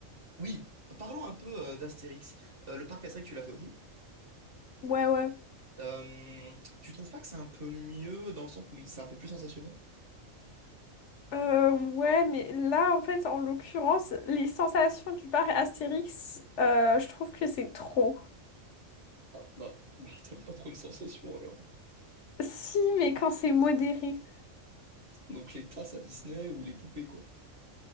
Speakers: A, on the right; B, on the left.
A: Oui, parlons un peu euh, d'Astérix. Euh, le parc Astérix, tu l'as fait aussi.
B: Ouais, ouais.
A: Euh, tu trouves pas que c'est un peu mieux dans le sens où il- c'est un peu plus sensationnel?
B: Euh, ouais, mais là, en fait, en l'occurrence, les sensations du bar Astérix, euh, je trouve que c'est trop.
A: Ah, bah, bah, t'aimes pas trop les sensations alors.
B: Si, mais quand c'est modéré.
A: Donc les tasses à Disney ou les poupées quoi.